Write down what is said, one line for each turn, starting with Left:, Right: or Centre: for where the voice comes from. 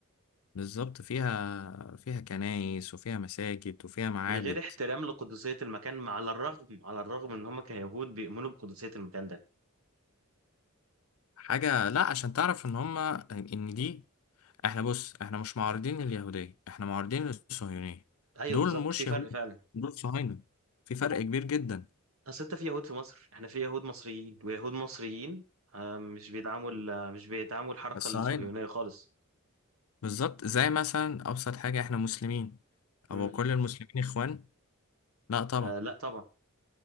Left: بالظبط فيها فيها كنايس وفيها مساجد وفيها معابد
Right: من غير احترام لقدسيه المكان مع- على الرغم على الرغم ان هم كيهود بيؤمنوا بقدسيه المكان ده
Left: حاجة لا عشان تعرف إن هما إن دي إحنا بص إحنا مش معارضين اليهودية إحنا معارضين الصهيونية
Right: ايوه
Left: دول
Right: بالظبط
Left: مش
Right: في فرق
Left: يهود
Right: فعلا
Left: دول صهاينة في فرق كبير جدا
Right: اصل انت في يهود في مصر احنا في يهود مصريين ويهود مصريين آه، مش بيدعموا ال- آه، مش بيدعموا الحركة
Left: بس
Right: الصهيونية
Left: عينة
Right: خالص
Left: بالظبط زي مثلا أبسط حاجة إحنا مسلمين
Right: امم
Left: أو كل المسلمين إخوان لا طبعا
Right: آه لا طبعا